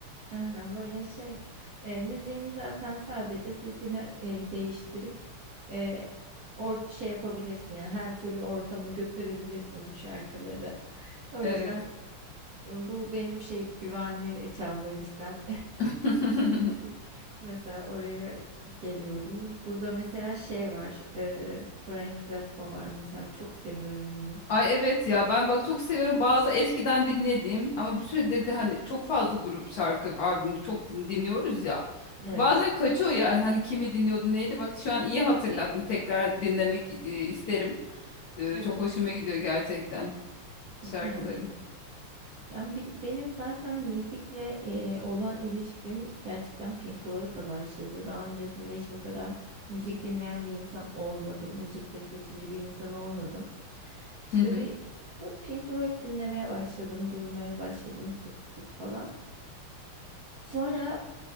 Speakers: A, on the right; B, on the left.
A: aynen böyle şey. E, müziğin zaten sadece sesini e, değiştirip e, or şey yapabilirsin yani her türlü ortama götürebilirsin bu şarkıları. O
B: Evet.
A: yüzden bu benim şey güvenli çalma listem.
B: <laughs>
A: <laughs> Mesela oraya geliyorum. Burada mesela şey var. e, Frank Zappa var mesela çok seviyorum onu.
B: Ay evet ya ben bak çok seviyorum bazı eskiden dinlediğim ama bir süredir de hani çok fazla grup şarkı albüm çok din- dinliyoruz ya.
A: Evet.
B: Bazen kaçıyor yani hani kimi dinliyordu neydi bak şu an iyi hatırlattın tekrar dinlemek i- isterim. Ee,
A: Evet.
B: çok hoşuma gidiyor gerçekten şarkılarım.
A: Evet. Yani bi- benim zaten müzikle e, olan ilişkim gerçekten Pink Floyd'la başladı. Daha öncesinde hiç bu kadar müzik dinleyen bir insan olmadım. Müzikte seçici bir insan olmadım. İşte
B: Hı hı.
A: bir böyle Pink Floyd dinlemeye başladım, duymaya başladım sık sık falan. Sonra